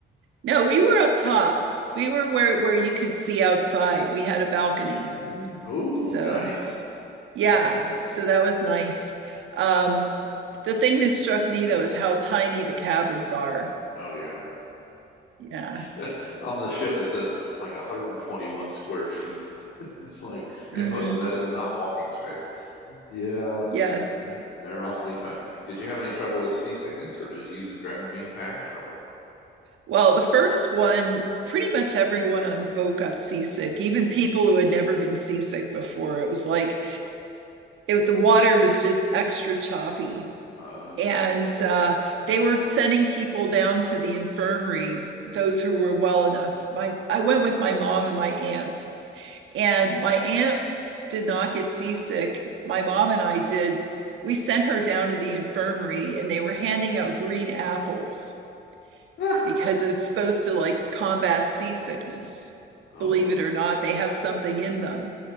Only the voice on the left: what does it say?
Uh, oh,
nice.
Okay.
Oh yeah.
<laughs> On the ship that says like 121 square feet. <laughs> It's like, and
most of that is not walking space. Yeah.
Yeah, They're they're awfully tiny. Did you have any trouble with seasickness, or did you use a Dramamine patch, or what?
Um,
let's see.
Huh.
Oh,